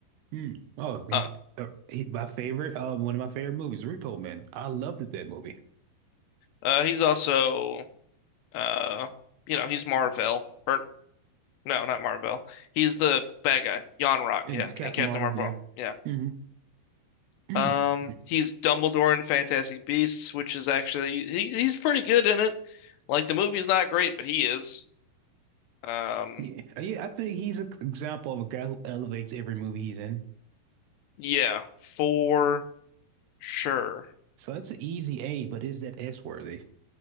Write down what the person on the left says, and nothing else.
Uh,
uh he's also uh you know, he's Marvel or no, not Marvel. He's the bad guy, Yon Rock,
yeah,
and Captain
Marvel.
Yeah.
Um,
he's Dumbledore in Fantastic Beasts, which is actually he, he's pretty good in it. Like the movie's not great, but he is. Um,
Yeah, for sure.